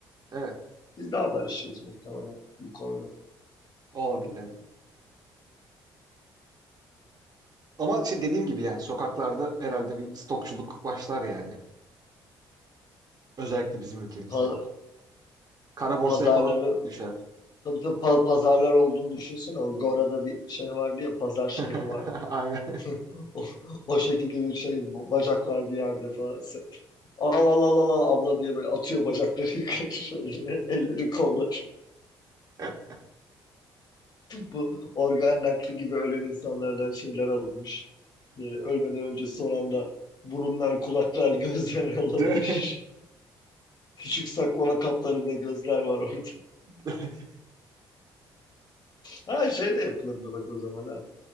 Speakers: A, on the right; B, on the left.
A: Evet,
B: <laughs> Biz daha barışırız muhtemelen bu konuda.
A: olabilir evet. Ama şey dediğim gibi yani sokaklarda herhalde bir stokçuluk başlar yani. Özellikle bizim ülkemizde.
B: Pa-
A: Kara borsaya
B: pazarları,
A: falan düşer.
B: tabii tabii pa- pazarlar olduğunu düşünsene. O Gora'da bir şey vardı ya, pazar şehri
A: <laughs>
B: vardı.
A: Aynen.
B: <laughs> O, o şekilde bir şey, bu bacaklar bir yerde falan. Sen- Al al al al al abla diye böyle atıyor bacakları yukarı şöyle <laughs> elleri kolları.
A: <laughs>
B: bu organ nakli gibi ölen insanlardan şeyler alınmış. Ee, ölmeden önce son anda burunlar, kulaklar, gözler <laughs> alınmış.
A: De-
B: Küçük saklama kaplarında gözler var orada. <laughs>
A: <laughs>
B: Ha şey de yapılırdı bak o zaman ha.